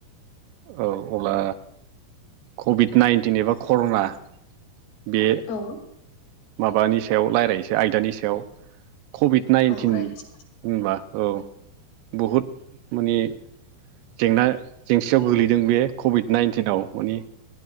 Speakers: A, on the right; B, on the left.
A: औ अब्ला कभिड नाइन्टिन एबा कर'ना। बे
B: औ
A: माबानि सायाव रायज्लायसै आयदानि सायाव कभिड नाइन्टिन।
B: औ रायज्लायजागोन
A: होनबा औ बहुद माने जेंना जेंसियाव गोलैदों बे कभिड नाइन्टिनाव माने